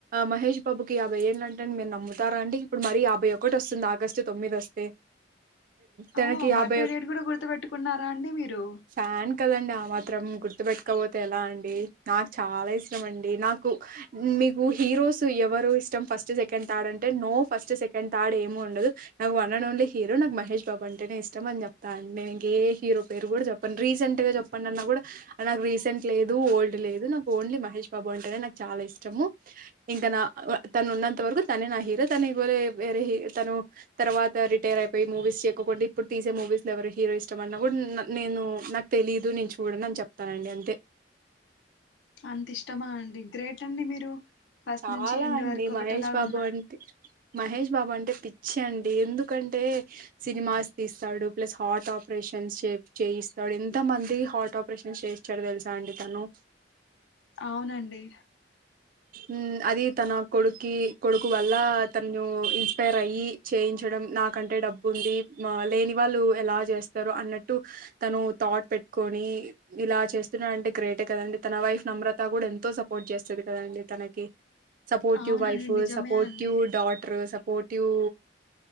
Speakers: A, on the right; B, on the left.
A: మహేష్ బాబుకి యాభై ఏళ్ళ అంటే మీరు నమ్ముతారా అండి, ఇప్పుడు మరి యాభై ఒకటి వస్తుంది ఆగస్టు. తొమ్మిది వస్తే తనకి
B: ఓ బర్త్డే
A: యాభై
B: డేట్ కూడా గుర్తు పెట్టుకున్నారా అండి మీరు
A: ఫ్యాన్ కదండి ఆ మాత్రం గుర్తు పెట్టుకపోతే ఎలా అండి నాకు చాలా ఇష్టం అండి నాకు మీకు హీరోస్ ఎవరు ఇష్టం ఫస్ట్ ఫస్ట్ సెకండ్ థర్డ్ అంటే నో ఫస్ట్ సెకండ్ థర్డ్ ఏమీ ఉండదు నాకు వన్ అండ్ ఓన్లీ హీరో నాకు మహేష్ బాబు అంటేనే ఇష్టం అని చెప్తా అ నేను ఇంక ఏ హీరో పేరు కూడా చెప్పను రీసెంట్ గా చెప్పండి అన్నా, కూడా నాకు రీసెంట్ లేదు ఓల్డ్ లేదు నాకు ఓన్లీ మహేష్ బాబు అంటేనే నాకు చాలా ఇష్టము, ఇంకా నా తను ఉన్నంత వరకు తనే నా హీరో తనువర వేరే తను తర్వాత రిటైర్ అయిపోయి మూవీస్ చెక్కకుండా ఇప్పుడు తీసే మూవీస్ లో ఎవరు హీరో ఇష్టం అన్నా కూడా నేను నాకు తెలిదు నేను చూడ అని చెప్తానండి అంతే
B: అంత ఇష్టమా అండి గ్రేట్ అండి మీరు ఫస్ట్
A: చాలా
B: నుంచి ఎండ్
A: అండి
B: వరకు ఒకటేలాగా
A: మహేష్ బాబు
B: ఉన్నారు
A: అంటే మహేష్ బాబు అంటే పిచ్చి అండి ఎందుకంటే సినిమాస్ తీస్తాడు ప్లస్ హార్ట్ ఆపరేషన్స్ చేయిస్తాడు ఎంతమంది హార్ట్ ఆపరేషన్స్ చేయిస్తాడు తెలుసా అండి తను
B: అవునండి
A: మ్ అది తన కొడుక్కి కొడుకు వల్ల తను ఇన్స్పైర్ అయ్యి చేయించడం నాకంటే డబ్బుంది లేని వాళ్ళు ఎలా చేస్తారు అన్నట్టు తను థాట్ పెట్టుకొని ఇలా చేస్తున్నాడంటే గ్రేటే కదండి తన వైఫ్ నమ్రత కూడా ఎంతో సపోర్ట్ చేస్తది కదండి తనకి సపోర్టివ్
B: అవునండి
A: వైఫ్
B: నిజమే
A: సపోర్టివ్
B: అండి
A: డాటర్ స పోటివ్